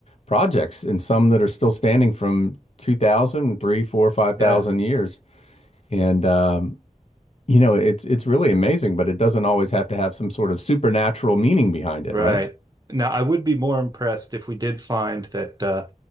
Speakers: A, on the left; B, on the right.
A: projects and some that are still standing from 2000, 3, 4, five
B: Yeah.
A: thousand years. And um, you know, it's it's really amazing, but it doesn't always have to have some sort of supernatural meaning behind it,
B: Right.
A: right?
B: Now, I would be more impressed if we did find that uh